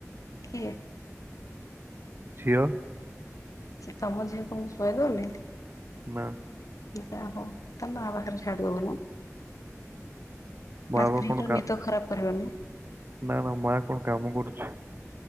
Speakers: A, on the left; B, on the right.
A: କିଏ?
B: ଝିଅ।
A: ତମ ଝିଅ ତମକୁ ଶୁଆଇଦେଉନି।
B: ନା।
A: ଜା ହଉ ତା ମା ପାଖରେ ଛାଡି ଦଉନା।
B: ମା
A: ନା ସ୍ତ୍ରୀ
B: ବା କଣ
A: ଟା
B: କା
A: ନିଦ ଖରାପ କରିବନି।
B: ନା ନା ମା କଣ କାମ କରୁଛି?